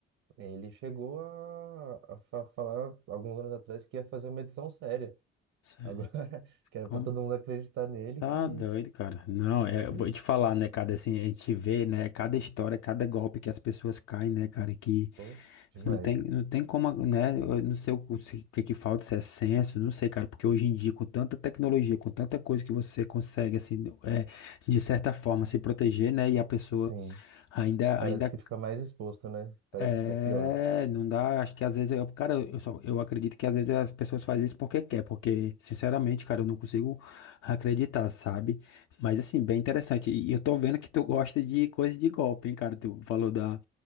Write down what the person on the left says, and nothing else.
Sei,
Como?
Tá
doido, cara. Não, é,
eu vou te falar, né, cara? Assim, a gente vê, né, cada história, cada golpe que as pessoas caem, né, cara? Que
não tem, não tem como, né? Eu não sei o, o se- o que que falta, se é senso, não sei, cara. Porque hoje em dia, com tanta tecnologia, com tanta coisa que você consegue, assim, é, de certa forma, se proteger, né? E a pessoa
ainda,
ainda
É,
não dá, acho que às vezes eu, cara, eu só, eu acredito que às vezes as pessoas fazem isso porque quer, porque sinceramente, cara, eu não consigo acreditar, sabe? Mas assim, bem interessante. E eu tô vendo que tu gosta de coisa de golpe, hein, cara? Tu falou da,